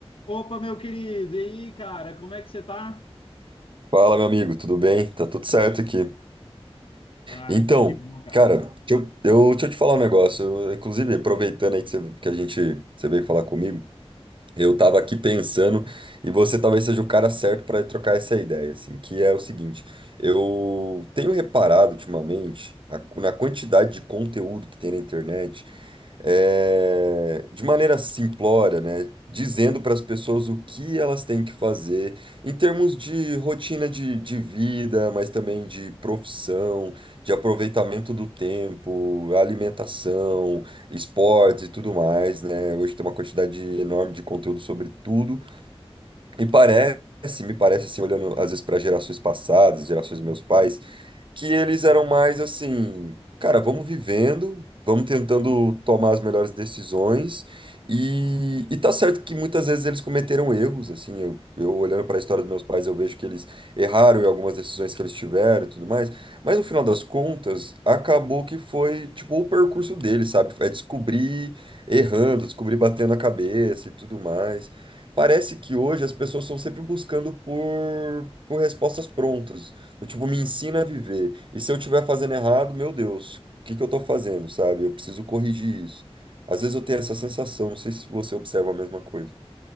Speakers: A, on the left; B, on the right.
A: Opa, meu querido, e aí, cara, como é que você tá?
B: Fala, meu amigo, tudo bem? Tá tudo certo aqui.
A: Ah,
B: Então,
A: que bom, cara.
B: cara, deixa eu, eu- deixa eu te falar um negócio. Eu, inclusive, aproveitando aí que, você- que a gente, você veio falar comigo, eu tava aqui pensando, e você talvez seja o cara certo para trocar essa ideia, assim, que é o seguinte, eu tenho reparado ultimamente a- na quantidade de conteúdo que tem na internet, é, de maneira simplória, né, dizendo para as pessoas o que elas têm que fazer em termos de rotina de, de vida, mas também de profissão, de aproveitamento do tempo, alimentação esportes e tudo mais, né? Hoje tem uma quantidade enorme de conteúdo sobre tudo. E parece, me parece assim, olhando às vezes para gerações passadas, gerações dos meus pais, que eles eram mais assim, cara, vamos vivendo, vamos tentando tomar as melhores decisões. E, e tá certo que muitas vezes eles cometeram erros, assim, eu, eu olhando para a história dos meus pais, eu vejo que eles erraram em algumas decisões que eles tiveram e tudo mais, mas no final das contas, acabou que foi, tipo, o percurso deles, sabe? É descobrir errando, descobrir batendo a cabeça e tudo mais. Parece que hoje as pessoas estão sempre buscando por, por respostas prontas. Do tipo, me ensina a viver. E se eu estiver fazendo errado, meu Deus, o que que eu tô fazendo, sabe? Eu preciso corrigir isso. Às vezes eu tenho essa sensação, não sei se você observa a mesma coisa.